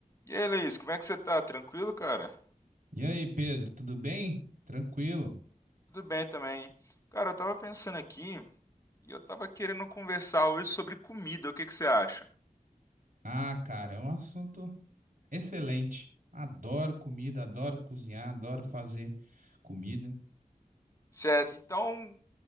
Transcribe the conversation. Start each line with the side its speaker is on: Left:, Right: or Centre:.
Left: E aí, Luiz, como é que você tá? Tranquilo, cara?
Right: E aí, Pedro, tudo bem? Tranquilo?
Left: Tudo bem também. Cara, eu tava pensando aqui e eu tava querendo conversar hoje sobre comida. O que que você acha?
Right: Ah, cara, é um assunto excelente. Adoro comida, adoro cozinhar, adoro fazer comida.
Left: Certo, então,